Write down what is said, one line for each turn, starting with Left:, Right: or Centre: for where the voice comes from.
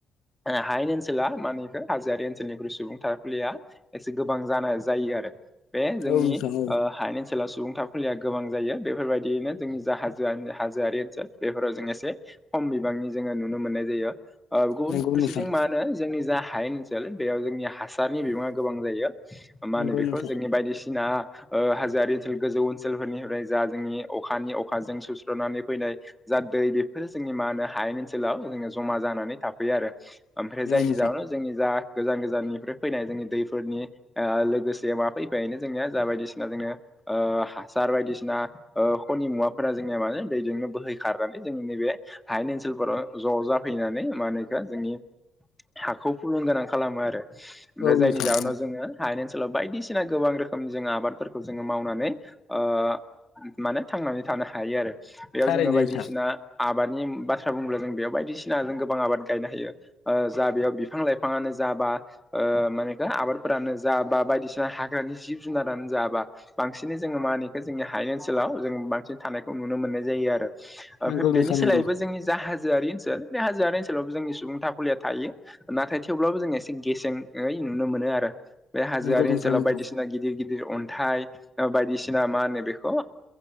Centre: ओ हायेन ओनसोला मा होनो इखो हाजोआारि ओनसोलनिख्रुइ सुबुं थाखुलिया एसे गोबां जानाय जायो आरो बे जोंनि
Left: औ नोंथां औ
Centre: ओ हायेन ओन सोलाव सुबुं था खुलिया गोबां जायो बेफोरबायदियैनो जोंनि जा हाजो हाजोआरि ओनसोल बेफोराव जों एसे खम बिबांनि जोङो नुनो मोननाय जायो ओ गु
Left: नंगौ
Centre: बुन फारसेथिं
Left: नोंथां
Centre: मा होनो जोंनि जा हायेन ओनसोल बेयाव जोंनि हासारनि बिबाङा गोबां जायो मा
Left: नंगौ
Centre: होनो बेखौ
Left: नोंथां
Centre: जोंनि बायदिसिना ओ हाजोयारि ओनसोल गोजौ ओनसोलफोरनिफ्राय जा जोंनि अखानि अखाजों सुस्र'नानै फैनाय जा दै बेफोरो जोंनि मा होनो हायेन ओनसोलाव जोङो जमा जानानै थाफैयोआरो। ओमफ्राय जायनि
Left: औ नोंथां
Centre: जाहोनाव जोंनि जा गोजान गोजाननिफ्राय फैनाय जोंनि दैफोरनि ओ लोगोसे मा फैफायोनो जोंनिया जा बायदिसिना जोङो ओ हासार बायदिसिना ओ ख'नि मुवाफोरा जोंनिया मानो दैजोंनो बोहै खारनानै जोंनि नैबे हायेन ओनसोलफोराव ज' जाफैनानै मा होनो इखो जोंनि हाखौ फुलुं गोनां खालामो आरो ओमफ्राय
Left: औ
Centre: जायनि
Left: नोंथां
Centre: जाहोनाव
Left: औ
Centre: जोङो हायेन ओनसोलाव बायदिसिना गोबां रोखोमजों जोङो आबादफोरखौ जोङो मावनानै ओ माने थांनानै थानो हायोआरो। बेयाव
Left: थारैनो
Centre: जोङो बायदिसिना
Left: नोंथां
Centre: आबादनि बाथ्रा बुंङोब्ला जों बेयाव बायदिसिना जों गोबां आबाद गायनो हायो ओ जा बेयाव बिफां लाइफाङानो जाबा ओ मा होनो इखो आबाद फोरानो जा बा बायदिसिना हाग्रानि जिब जुनारानो जा बा बांसिनै जोङो मा होनो जोंनि हायेन ओनसोलाव जों बांसिन थानायखौ नुनो मोननाय जायो आरो। ओमफ्राय
Left: नंगौ नोंथां
Centre: बेनि सोलायैबो
Left: नंगौ
Centre: जोंनि जा हाजोआरि ओनसोल बे हाजोयारि ओनसोल थेवब्लाबो जोंनि सुबुं थाखुलिया थायो नाथाय थेवब्लाबो जो एसे गेसेेंयै नुनो मोनो आरो। बे हाजोआरि
Left: नंगौ नोंथां
Centre: ओनसोलाव
Left: नंगौ
Centre: बायदिसिना गिदिर गिदिर अन्थाइ बायदिसिना मा होनो बेखौ